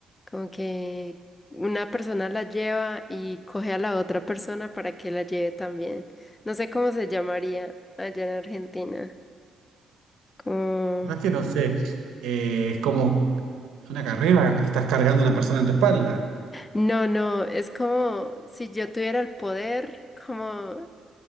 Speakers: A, on the left; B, on the right.
A: Como que una persona la lleva y coge a la otra persona para que la lleve también. No sé cómo se llamaría allá en Argentina. como
B: No es que no sé. Eh, es como Es una carrera, estás cargando una persona en tu espalda.
A: No, no, es como si yo tuviera el poder, como